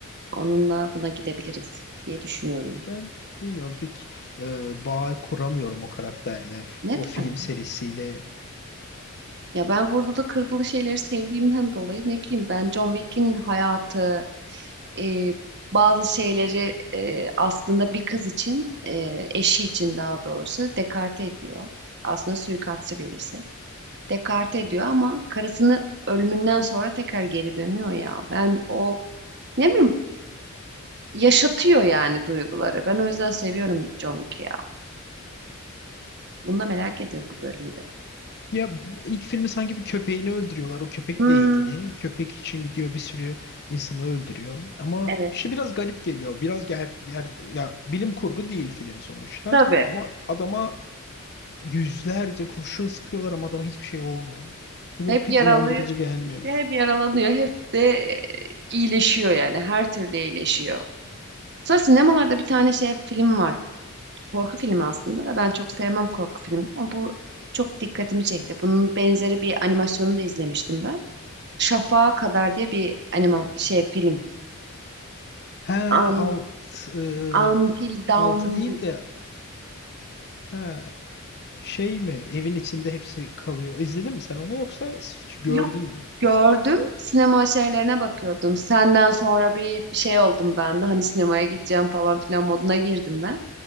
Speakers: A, on the right; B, on the left.
A: onunla buna gidebiliriz diye düşünüyorum.
B: Ben bilmiyorum pek e, bağ kuramıyorum o karakterle,
A: Neden?
B: o film serisiyle.
A: Ya ben vurdulu kırdılı şeyleri sevdiğimden dolayı ne bileyim ben John Wick'in hayatı, e, bazı şeyleri e, aslında bir kız için, e, eşi için daha doğrusu dekarte ediyor. Aslında suikastçı birisi. Dekarte ediyor ama karısını ölümünden sonra tekrar geri dönüyor ya. Ben o ne bileyim yaşatıyor yani duyguları. Ben o yüzden seviyorum John Wick'i ya. Bunu da merak ediyor bu bölümü de.
B: Ya b- ilk filmi sanki bir köpeğini öldürüyorlar. O köpekle
A: Hmm,
B: ilgili. Köpek için gidiyor bir sürü insanı öldürüyor. Ama
A: evet
B: işte biraz garip geliyor. Biraz ger, ger ya bilim kurgu değil film sonuçta.
A: tabii.
B: Ama adama yüzlerce kurşun sıkıyorlar ama adama hiçbir şey olmuyor. Bu
A: Hep
B: pek
A: yaralı,
B: inandırıcı gelmiyor.
A: işte hep yaralanıyor, hep de e, iyileşiyor yani her türlü iyileşiyor. Sonra sinemalarda bir tane şey film var. korku filmi aslında. Ben çok sevmem korku filmi ama bu çok dikkatimi çekti. Bunun benzeri bir animasyonu da izlemiştim ben. Şafağa Kadar diye bir anima şey film.
B: He alt
A: Un-
B: e,
A: Until Dawn
B: altı değil
A: di-
B: de he, şey mi evin içinde hepsi kalıyor. İzledin mi sen onu yoksa s- gördün
A: yok
B: mü?
A: gördüm. Sinema şeylerine bakıyordum. Senden sonra bir şey oldum ben de hani sinemaya gideceğim falan filan moduna girdim ben.